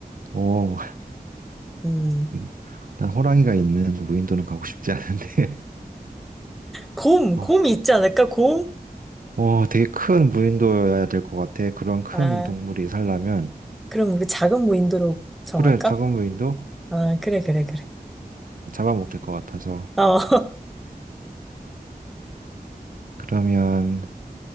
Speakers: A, on the right; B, in the centre.
A: 어, <laughs>
B: 음.
A: 음, 난 호랑이가 있는 무인도는 가고 싶지 않은데.
B: 곰,
A: <laughs> 어,
B: 곰이 있지 않을까? 곰?
A: 어, 되게 큰 무인도여야 될 것 같아. 그런 큰
B: 아,
A: 동물이 살려면.
B: 그럼 우리 작은 무인도로 정할까?
A: 그래, 작은 무인도?
B: 아, 그래, 그래, 그래.
A: 잡아먹힐 것 같아서.
B: 어, <laughs>
A: 그러면